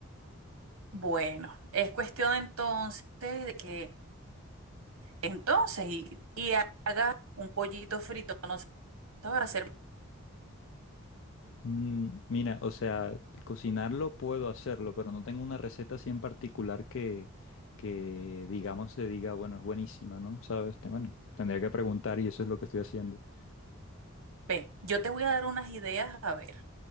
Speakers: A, on the right; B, on the left.
A: Bueno, es cuestión entonces de que entonces y, y haga un pollito frito, no sé, ¿sabes hacer?
B: Mm, mira, o sea, cocinarlo puedo hacerlo, pero no tengo una receta así en particular que, que digamos, se diga, bueno, es buenísima, ¿no? ¿Sabes? Te- Bueno, tendría que preguntar y eso es lo que estoy haciendo.
A: Ve, yo te voy a dar unas ideas, a ver.